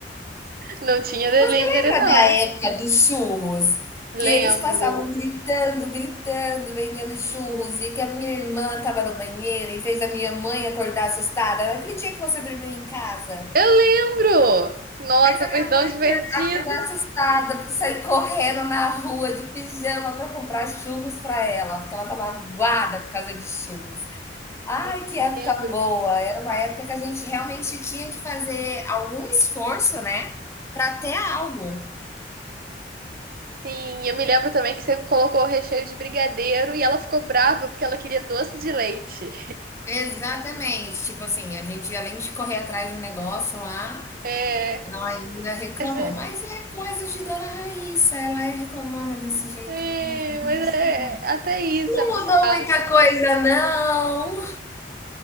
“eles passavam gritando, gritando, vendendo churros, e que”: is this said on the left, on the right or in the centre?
Left